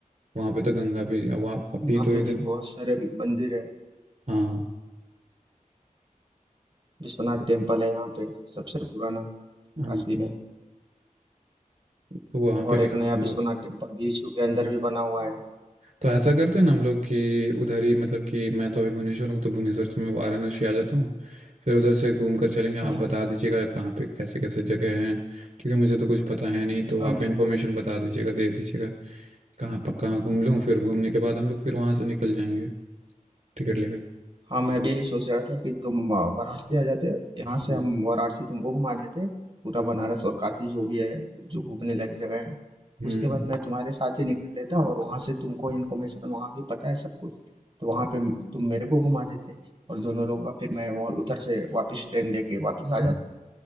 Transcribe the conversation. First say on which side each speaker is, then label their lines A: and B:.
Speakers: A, on the right (about 55°); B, on the right (about 35°).
A: वहाँ पे तो गंगा भी वहाँ अभी
B: यहाँ
A: तो
B: पे
A: इधर
B: भी बहुत सारे मंदिर है
A: हाँ
B: विश्वनाथ
A: तो-
B: टेम्पल है यहाँ पे सबसे पुराना
A: हाँ
B: काशी में
A: तो वहाँ
B: और
A: पे भी
B: एक
A: आ
B: नया
A: जाऊंगा
B: विश्वनाथ टेम्पल बीच के अंदर भी बना हुआ है
A: तो ऐसा करते हैं ना हम लोग कि उधर ही मतलब कि मैं तो अभी भुवनेश्वर हूँ तो भुवनेश्वर से मैं वाराणसी आ जाता हूँ फिर उधर से घूम कर चलेंगे आप
B: हाँ हाँ
A: बता दीजिएगा कहाँ पे कैसे कैसे जगह हैं क्योंकि मुझे तो कुछ पता है नहीं तो
B: हाँ,
A: आप
B: बिल्कुल
A: इन्फॉर्मेशन बता दीजिएगा दे दीजिएगा कहाँ पर कहाँ घूम लूँ फिर घूमने के बाद हम लोग फिर वहाँ से निकल जाएंगे टिकट लेकर
B: हाँ मैं भी यही सोच रहा था कि तुम अ, वाराणसी आ जाते यहाँ से
A: हम्म
B: हम वाराणसी तुमको घुमा देते पूरा बनारस और काशी जो भी है जो घूमने लायक जगह है
A: हम्म,
B: उसके बाद मैं तुम्हारे साथ ही निकल लेता और वहाँ से तुमको इन्फॉर्मेशन वहाँ की पता है सब कुछ तो वहाँ पे तुम मेरे को घुमा देते और दोनों लोग का फिर मैं और उधर से वापस ट्रेन लेके वापस आ